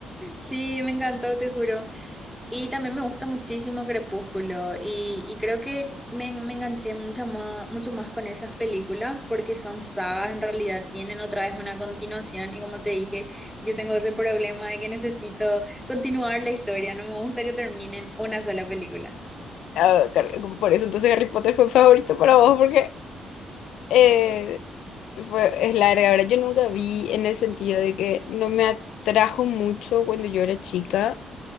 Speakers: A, in the centre; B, on the left.
A: Sí, me encantó, te juro. Y también me gusta muchísimo Crepúsculo y, y creo que me, me enganché mucho más, mucho más con esas películas porque son sagas, en realidad tienen otra vez una continuación y como te dije, yo tengo ese problema de que necesito continuar la historia, no me gusta que terminen una sola película.
B: Ah, car- por eso entonces Harry Potter fue favorito para vos, porque eh, fue, es larga. Ahora, yo nunca vi en el sentido de que no me atrajo mucho cuando yo era chica.